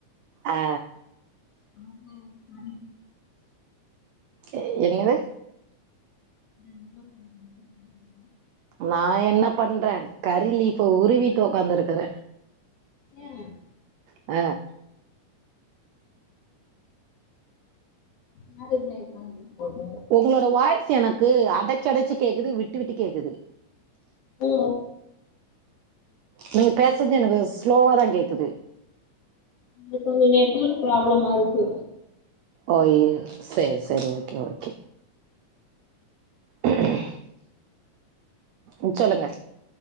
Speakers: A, on the right; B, on the left.
A: அ ஆ
B: <inaudible>
A: எ என்னது
B: <unintelligible>
A: நா என்ன பண்ற கரி லீஃப உருவிட்டு உக்காந்துருக்குற
B: ம்
A: அ
B: மேரேஜ் லைஃப் லா எப்டி போது
A: உங்களோட வாய்ஸ் எனக்கு அடச்சு அடச்சு கேக்குது விட்டு விட்டு கேக்குது
B: ஓ
A: நீங் பேசற்து எனக்கு ஸ்லோவாதா கேக்குது
B: இப்ப இங்க நெட்ஒர்க் ப்ராப்ளமா இருக்கு
A: ஓய் செரி செரி ஓகே ஓகே ம் ம் ம் சொல்லுங்க